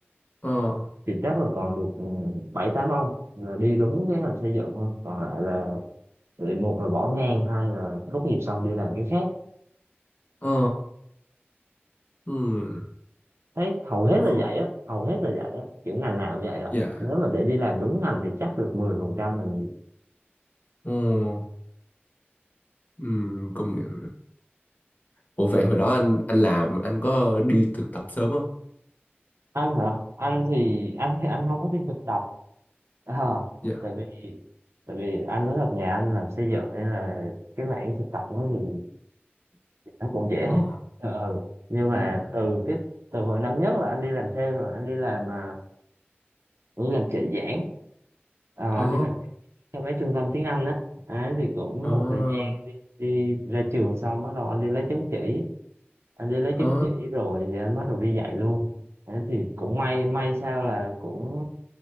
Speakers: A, on the left; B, on the right.
A: Ờ,
B: thì chắc là còn được ừ, bảy tám ông là đi đúng cái ngành xây dựng thôi còn lại là thì một là bỏ ngang hai là tốt nghiệp xong đi làm cái khác
A: ờ, ừm,
B: thấy hầu hết
A: cũng
B: là
A: khó.
B: vậy á hầu hết là vậy á kiểu ngành nào cũng vậy rồi.
A: Dạ,
B: nếu mà để đi làm đúng ngành thì chắc được mười phần trăm là nhiều
A: ồ, ừm, công nhận. Ủa vậy hồi đó anh anh làm, anh có đi thực tập sớm không?
B: anh hả anh thì anh thì anh không có đi thực tập Ờ,
A: Dạ,
B: tại vì tại vì anh nói thật nhà anh làm xây dựng nên là cái mảng thực tập nó thì, thì nó cũng dễ
A: ờ,
B: Ờ. nhưng mà
A: ừm,
B: từ cái từ hồi năm nhất là anh đi làm thêm rồi anh đi làm à, anh đi làm trợ giảng Ờ, anh
A: ồ,
B: đi làm cho mấy trung tâm tiếng Anh á Đấy, thì cũng
A: ờ,
B: một thời gian đi, đi ra trường xong bắt đầu anh đi lấy chứng chỉ anh đi lấy
A: ờ,
B: chứng chỉ rồi thì anh bắt đầu đi dạy luôn Thế thì cũng may may sao là cũng